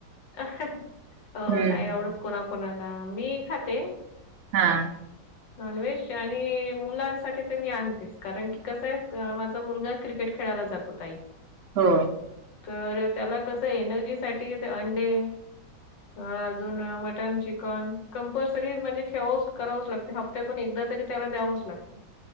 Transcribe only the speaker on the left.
हो,
नाही आवडत कोणाकणाला मी खाते.
नॉनव्हेज आणि मुलांसाठी तर मी आणतेच कारण की कसं आहे माझा मुलगा क्रिकेट खेळाला जातो ताई.
तर त्याला कसं एनर्जी साठी ते अंडे अजून मटन, चिकन कंपल्सरी म्हणजे ठेवाच करावंच लागतं. ते हप्त्यातून एकदा तरी त्याला द्यावंच लागतं.